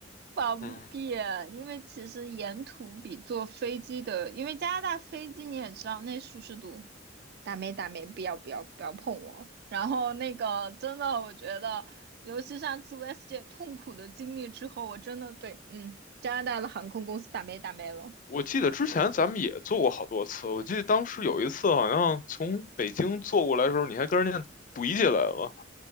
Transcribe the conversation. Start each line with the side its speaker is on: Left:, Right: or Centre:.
Right: 方便。
Left: 嗯，
Right: 因为其实沿途比坐飞机的，因为加拿大飞机你也知道那舒适度。打没打没，不要不要不要碰我。然后那个真的，我觉得，尤其上次 West 姐痛苦的经历之后，我真的对，嗯，加拿大的航空公司打没打没了。
Left: 我记得之前咱们也做过好多次，我记得当时有一次好像从北京坐过来的时候，你还跟人家怼起来了，